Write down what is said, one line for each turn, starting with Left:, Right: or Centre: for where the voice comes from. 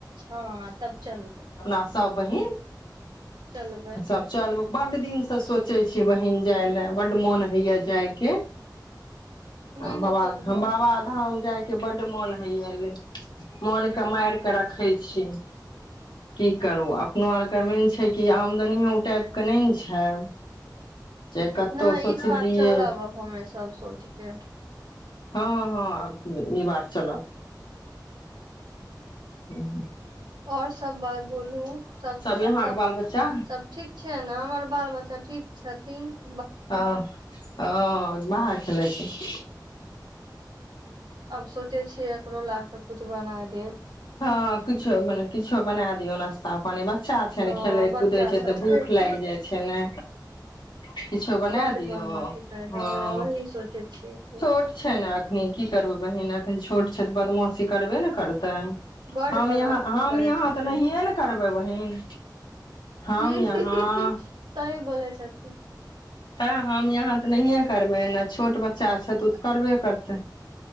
Right: हँ तब चलबेय
Left: आब सब बहिन
Right: चलबै
Left: सब चलब बड्ड दिनसँ सोचै छी बहिन जाय लए बड मोन होइया जायके
Right: नहि नहि
Left: बाबाध
Right: चलबै
Left: बाबाधाम जायके बड्ड मोन होईया लेकिन मोन के मारिकऽ रखै छी की करू अपनो आरके मेन छै कि आमदनीयो ओ टाइपके नहि ने छै जे कतहु
Right: नहि
Left: सोचलियै
Right: इस बार चल हमे सब सोचके केब
Left: हँ हँ ई बार चलब हुँ हुँ
Right: आओर सब बात बोलू सब
Left: यहाँके
Right: सब
Left: बाल बच्चा
Right: सब ठीक छै ने हमर बाल बच्चा ठीक छथि किंग
Left: ह ओ बाहर खेल छथि
Right: आब सोचे छियै एकरो ला सबकुछु बना देब
Left: हँ किछो मने किछो बना दियौ नाश्ता पानी बस अच्छा छै
Right: हँ
Left: ने खेलै
Right: बच्चा
Left: कुदै छै
Right: सब
Left: तऽ भूख
Right: से
Left: लागि जाइ छै ने किछो बना
Right: बड्ड
Left: दियौ
Right: बदमाशी करे
Left: हँ
Right: वही
Left: छोट
Right: सोचे छियै
Left: छै ने एखनी की करबै बहिन एखन छोट छै तऽ बदमाशी करबे ने करतै
Right: बड
Left: हम
Right: बदमाशी
Left: यहाँ हम
Right: करै
Left: यहाँ
Right: छथिन
Left: तऽ नहिए ने करबै बहीन हम
Right: ह
Left: यहाँ
Right: सही बोलै छथिन
Left: तऽ हम यहाँ तऽ नहिए करबै ने छोट बच्चा छै तऽ ओ तऽ करबे करतै